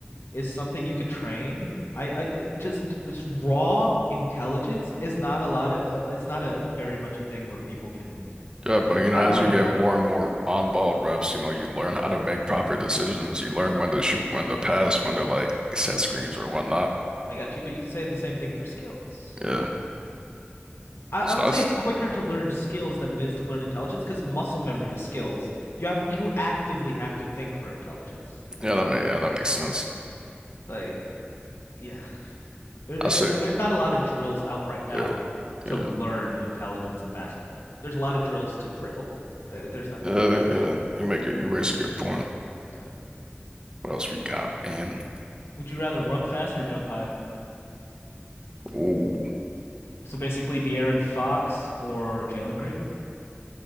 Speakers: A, on the left; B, on the right.
A: is something you could train. I, I just it's raw intelligence is not a lot of uh, it's not a very much a thing where people can like do,
B: Yeah, but you know,
A: I
B: as
A: don't know how
B: you
A: to
B: get
A: put
B: more
A: it.
B: and more on-ball reps, you know, you learn how to make proper decisions. You learn when to shoot, when to pass, when to like set screens or whatnot.
A: I got you, but you could say the same thing for skills.
B: Yeah.
A: I, I
B: So
A: would
B: that's
A: say it's quicker to learn skills than it is to learn intelligence because muscle memory is skills. You have you actively have to think for intelligence. I
B: yeah,
A: feel
B: that make yeah, that makes sense.
A: like yeah. There's
B: I say
A: not a lot of drills out right now
B: yeah,
A: to
B: yeah.
A: learn intelligence in basketball. There's a lot of drills to dribble. There's not,
B: Uh,
A: uh,
B: yeah, you make it. You raise a good point.
A: yeah.
B: What else we got, man?
A: Would you rather run fast or jump high?
B: Ooh,
A: So basically, De'Aaron Fox or Jalen Green.